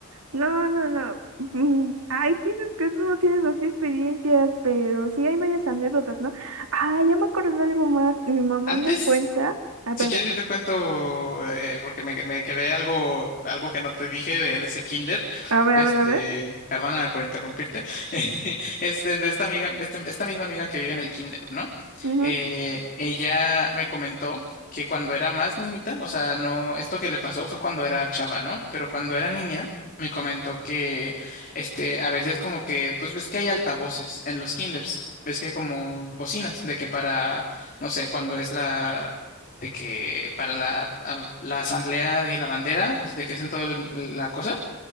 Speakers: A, on the right; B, on the left.
A: No, no, no. Mm, Hay dices que tú no tienes así experiencias, pero sí hay varias anécdotas, ¿no? Ah, ya me acordé de algo más. Mi mamá
B: Antes
A: me cuenta. Ah, espérame.
B: Si quieres, yo te cuento, eh, porque me, me quedé algo, algo que no te dije de- en ese kinder.
A: A ver,
B: Este,
A: a ver, a ver.
B: perdóname por interrumpirte. <laughs> Es de, de esta amiga, este- esta misma amiga que vive en el kinder, ¿no?
A: Ujú,
B: Eh, ella me comentó que cuando era más niñita, o sea, no, esto que le pasó fue cuando era chava, ¿no? Pero cuando era niña, me comentó que, este, a veces como que, pues ves que hay altavoces en los kinders. Ves que hay como bocinas, de que para, no sé, cuando es la de que para la, am- la asamblea de la bandera, de que hacen toda la cosa,